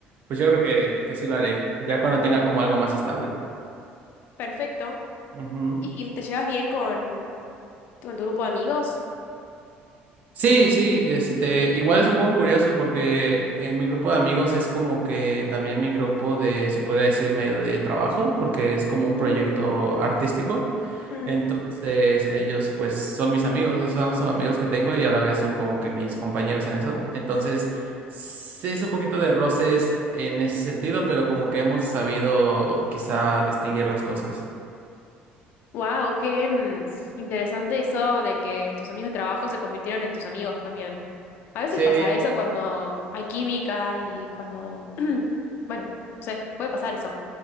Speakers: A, on the right (about 45°); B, on the left (about 60°).
A: pues yo creo que, que sí lo haré, ya cuando tenga como algo más estable.
B: Perfecto.
A: Ujú.
B: ¿Y te llevas bien con, con tu grupo de amigos?
A: Sí, sí, este, igual es un poco curioso porque eh, mi grupo de amigos es como que también mi grupo de, se podría decir, medio de trabajo, porque es como
B: Mm,
A: un proyecto artístico.
B: mm.
A: Entonces, ellos pues son mis amigos, o sea, son los amigos que tengo y a la vez son como que mis compañeros en eso. Entonces, sí es un poquito de roces en ese sentido, pero como que hemos sabido quizá distinguir las cosas.
B: Wow, qué mm, interesante eso de que tus amigos de trabajo se convirtieron en tus amigos también. A veces
A: Sí,
B: pasa eso cuando hay química y cuando, <clears throat> bueno, sé, puede pasar eso.